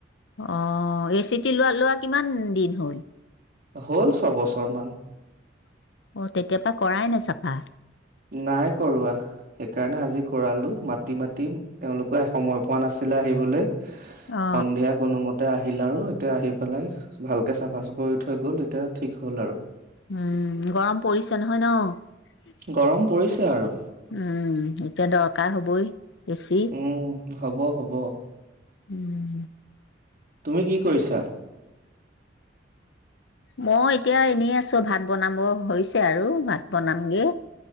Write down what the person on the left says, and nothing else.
অ এ চি টি লোৱা লোৱা কিমান দিন হ'ল
অ তেতিয়াৰ পৰাা কৰাই নাই চাফা
অ
উম গৰম পৰিছে নহয় ন উম
এতিয়া দৰকাৰ হবই বেছি
উম
মই এতিয়া এনেই আছো ভাত বনাব হৈছে আৰু ভাত বনামগে